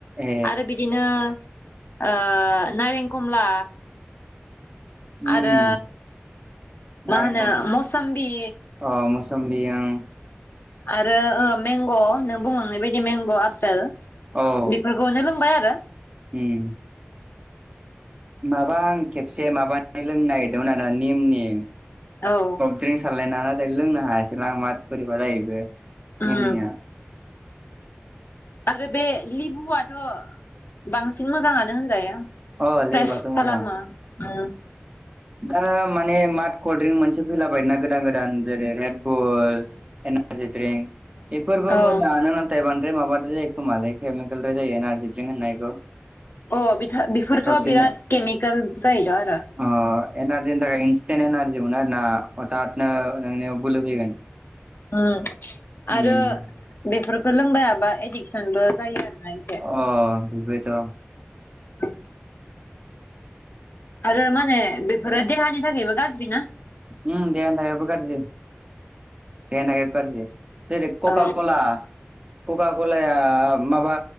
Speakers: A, on the right; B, on the left.
A: ए
B: आरो बिदिनो ओ नारें खमला।
A: उम
B: आरो
A: नारें
B: मा होनो
A: खम
B: मसमबि।
A: अ मौसोम्बि ओम।
B: आरो ओम मेंग' नों बुंलांनाय बादि मेंग' आपेल।
A: औ।
B: फोरखौनो लोंबाय आरो।
A: उम। माबा आं खेबसे माबानाय लोंनायदोंमोन आरो निमनि।
B: औ।
A: स्रिं सारलायना नाथाय लोंनो हायासैलां माथ बोरैबा जायोबो
B: उम
A: निमनिया।
B: आरो बे लिबुआथ' बांसिन मोजाङानो होनजायो।
A: अ
B: फ्रेस
A: लेबुआथ'
B: खालामा
A: मोजां
B: उम।
A: दा माने मार्ट कल्ड्रिंक मोनसे फैलाबाय नना गोदान गोदान जेरै रेडबुल। Energy drink. बेफोरबो
B: औ
A: मोजाङानो नाथाय बांद्राय माबाद्राय जायो खोमालै केमिकेलद्राय जायो एनारजि द्रिंक होननायखौ।
B: अ बिथ' बेफोरखो
A: साबसिननो
B: बिराद केमिकेल जायोद' आरो।
A: अ एनारजिनि थाखाय इन्स्टेन्ट एनारजि मोनो आरो ना अथातनो नोंनियाव बोलो फैगोन।
B: उम आरो
A: उम
B: बेफोरखौ लोंबा बा एडिक्सनबो जायो आरोना एसे।
A: अ बिबोथ'।
B: थुब आरो माने बेफोरो देहानि थाखायबो गाज्रि ना।
A: उम देहानि थाखायबो गाज्रि। देहानि थाखायबो गाज्रि जेरै ककाल
B: औ
A: कला। कका कलाया माबा